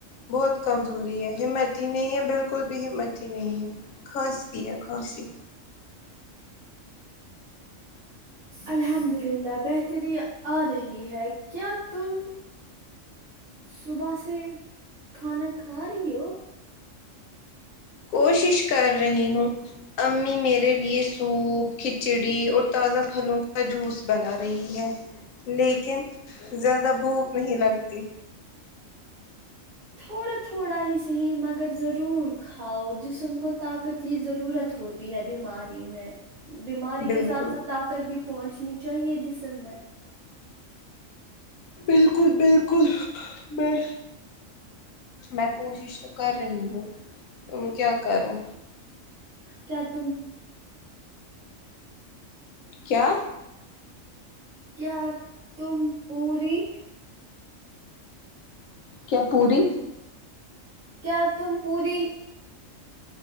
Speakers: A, on the left (about 80°); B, on the right (about 75°).
A: بہت کمزوری ہے ہمت ہی نہیں ہے بالکل بھی ہمت ہی نہیں ہے کھانسی ہے کھانسی
B: الحمد للہ بہتری آ رہی ہے کیا تم صبح سے کھانا کھا رہی ہو
A: کوشش کر رہی ہوں امی میرے لیے سوپ کھچڑی اور تازہ پھلوں کا جوس بنا رہی ہے لیکن زیادہ بھوک نہیں لگتی
B: تھوڑا تھوڑا ہی صحیح مگر ضرور ہاؤ جسم کو طاقت ہی ضرورت ہوتی ہے بیماری میں بیماری
A: بالکل
B: کے ساتھ ساتھ آ کر بھی پہنچنی چاہیے جسم میں
A: بالکل بالکل میں میں کوشش تو کر رہی ہوں کیا کروں
B: کیا تم
A: کیا
B: کیا تم پوری
A: کیا پوری
B: کیا تم پوری